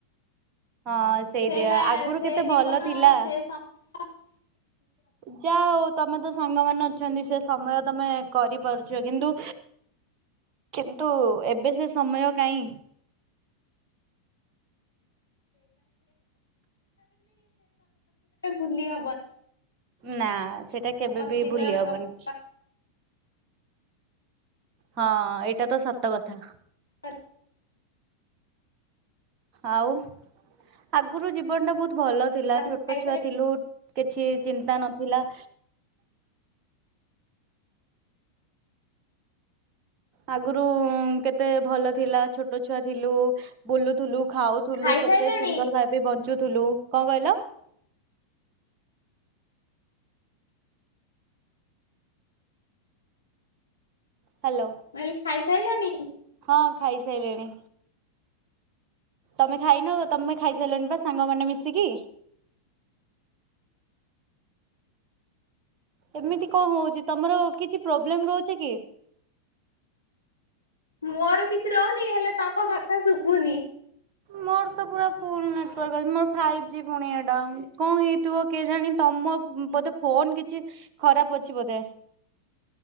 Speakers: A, on the right; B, on the left.
A: ହଁ ସେଇଦିଅ
B: ସେ ଲା
A: ଆଗରୁ
B: ସେ
A: କେତେ
B: ଜୀବନ
A: ଭଲ ଥିଲା।
B: ସେ ସମୟ
A: ଯା ହଉ ତମେ ତ ସାଙ୍ଗମାନେ ଅଛନ୍ତି ସେ ସମୟ ତମେ କରି। ପାରୁଛ କିନ୍ତୁ କିନ୍ତୁ ଏବେ ସେ ସମୟ କାଇଁ।
B: <inaudible> ଭୁଲି ହବନି
A: ନା ସେଟା କେବେ
B: ବସିବା
A: ବି ଭୁଲି ହବନି।
B: ଗପିବା
A: ହଁ ଏଇଟା ତ ସତ କଥା।
B: ତମେ
A: ଆଉ ଆଗୁରୁ ଜୀବନଟା ବହୁତ। ଭଲ ଥିଲା
B: ଖାଇସାଇ
A: ଛୋଟ ଛୁଆ ଥିଲୁ କିଛି ଚିନ୍ତା ନଥିଲା। ଆଗରୁ କେତେ ଭଲ ଥିଲା ଛୋଟ ଛୁଆ ଥିଲୁ ବୁଲୁଥିଲୁ। ଖାଉଥିଲୁ
B: ଖାଇସାଇଲଣି?
A: କେତେ ସୁନ୍ଦର ଭାବେ ବନ ଚୁ ଥିଲୁ କଣ କହିଲ। ହ୍ୟାଲୋ
B: କଇଲି ଖାଇ ସାଇଲଣି।
A: ହଁ ଖାଇସାଇଲିଣି। ତମେ ଖାଇନ ତମେ ଖାଇସାଇଲଣି ବା ସାଙ୍ଗମାନେ ମିଶିକି। ଏମିତି କଣ ହଉଛି ତମର କିଛି ପ୍ରୋବ୍ଲେମ ରହୁଛି କି?
B: ମୋର କିଛି ରହୁନି ହେଲେ ତମ କଥା ଶୁଭୁନି।
A: ମୋର ତ ପୁରା ଫୁଲ ମୋର ଫାଇପିଜି ପୁଣି ଏଟା କଣ ହେଇଥିବ କେଜାଣି ତମ ବୋଧେ ଫୋନ କିଛି। ଖରାପ ଅଛି ବୋଧେ।